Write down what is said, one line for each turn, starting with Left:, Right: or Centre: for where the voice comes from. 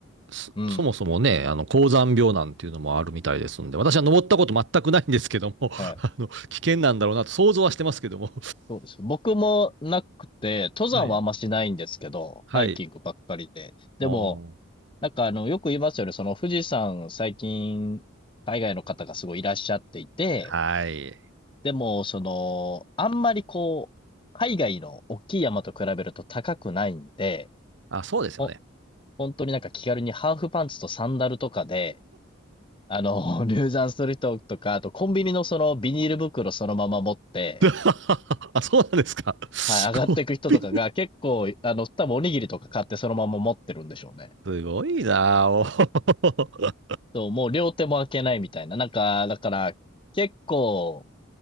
Right: そ、
Left: うん。
Right: そもそもね、あの、高山病なんていうのもあるみたいですんで、私は登ったこと全くないんですけども、<laughs>
Left: はい。
Right: あの、危険なんだろうなと想像はしてますけども。
Left: そうです。僕もなくて、登山はあんましないんですけど、
Right: はい。はい。
Left: ハイキングばっかりで。でも、
Right: おー
Left: なんかあの、よく言いますよね。その富士山最近、海外の方がすごいいらっしゃっていて、
Right: はい。
Left: でも、その、あんまりこう、海外の大きい山と比べると高くないんで、
Right: あ、そうですよね。
Left: ほ、本当になんか気軽にハーフパンツとサンダルとかで、あの、<laughs> 入山する人とか、あとコンビニのそのビニール袋そのまま持って、
Right: <laughs> あ、そうなんですか。
Left: はい、上がっていく人とかが結構、
Right: コピーな、
Left: あの、多分おにぎりとか買ってそのまま持ってるんでしょうね。
Right: すごいなあおー
Left: そう、もう両手も開けないみたいな。なんか、だから、結構、